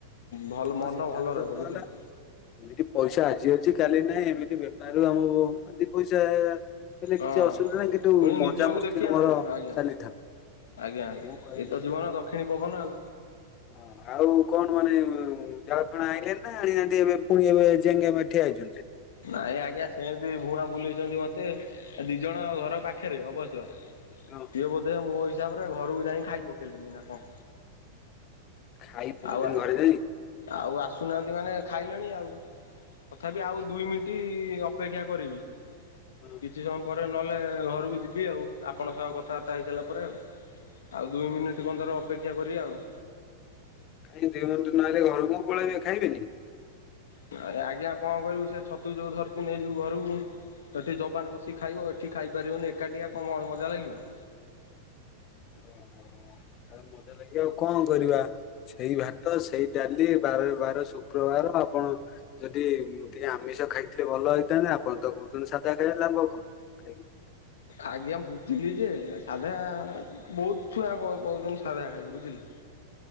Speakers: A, on the left; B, on the left.
A: ଭଲ
B: ହଁ
A: ମନ
B: ସେଟା
A: ଭଲ
B: ବି ସତ
A: ରହିବ ବୁଝିଲେ।
B: କଥା। ଏମିତି ପଇସା ଆଜି ଅଛି କାଲି ନାହିଁ ଏମିତି ବେପାରରୁ ଆଉ ଦି ପଇସା। ହେଲେ
A: ହଁ
B: କିଛି ଅସୁବିଧା ନାହିଁ, କିନ୍ତୁ
A: ପୁଣି ନିଜକୁ
B: ମଜା ମସ୍ତି
A: ଦେଖିବା
B: ଆମର
A: ନା ନାଇଁ ଆଜ୍ଞା
B: ଚାଲିଥାଉ।
A: ଆଜ୍ଞା ଆଜ୍ଞା
B: ମୁଁ କହିଲି
A: ଏଇତ ଯିବନ
B: ଆଉ।
A: ଦକ୍ଷିଣୀ ପବନ ଆଉ।
B: ହଁ ଆଉ କଣ ମାନେ? ଜାଳଣ ଆଇିଲେ ନା ଆଣିନାହାନ୍ତି ଏବେ ପୁଣି ଏବେ ଯିେ ଆମେଠିଆ ହେଇଛନ୍ତି।
A: ନାଇଁ ଆଜ୍ଞା ସେମିତି ଭୁଣା ବୁଲେଇଛନ୍ତି ମତେ ଆ ଦି ଜଣ ଘର ପାଖରେ ଅବଶ୍ୟ।
B: <unintelligible>
A: ସିଏ ବୋଧେ ମୋ ହିସାବରେ ଘରକୁ ଯାଇ ଖାଇ ପକେଇଲେନି ନା କଣ?
B: ଖାଇ ପକେଇଲେଣି
A: ଆଉ
B: ଘରେ ଯାଇ ହଁ
A: ଆଉ ଆସୁନାହାନ୍ତି ମାନେ ଖାଇଲେଣି ଆଉ। ତଥାପି ଆଉ ଦୁଇ ମିନିଟ ଅପେକ୍ଷା କରିବି।
B: ହଁ
A: କିଛି ସମୟ ପରେ ନହେଲେ ଘରକୁ ଯିବି ଆଉ ଆପଣଙ୍କ ସହ କଥାବାର୍ତ୍ତା ହେଇସାରିଲା ପରେ ଆଉ। ଆଉ ଦୁଇ ମିନିଟ୍ କନ୍ଦର ଅପେକ୍ଷା କରିବା ଆଉ।
B: କାଇଁ ଦିଇ ଘଣ୍ଟ ନହଲେ ଘର କ ପଳେଇବି ଖାଇବବେନି?
A: ନ ଆଜ୍ଞା କଣ କରିବୁ ସେ ଛତୁ ଯୋଉ ଧରିଚୁ ନେଇଯିବୁ ଘରକୁ। ତ ଏଠି ଯବାନ ବସି ଖାଇବ ଏଠି ଖାଇପାରିବନି ଏକାଠିଆ କଣ ମଜା ଲାଗିବ।
B: ଓହୋ ମଜା ଲାଗିବ ଆଉ କଣ କରିବା? ସେଇ ଭାତ ସେଇ ଡାଲି ବାର ବାର ଶୁକ୍ରବାର ଆପଣ ଯଦି ମୁଁ ଟିକେ ଆମିଷ ଖାଇଥିଲଥିଲେ ଭଲ ହେଇଥାନ୍ତେ ଆପଣ ତ କହୁଛନ୍ତି ସାଧା ଖାଇବା ଲାଭ କଣ? ଖାଇକି
A: ଆଜ୍ଞା ବୁଝିଲି ଯେ ସାଧା ବହୁତ ଛୁଆ କହୁଛନ୍ତି ସାଧା ଖାଇବା ବୁଝିଲେ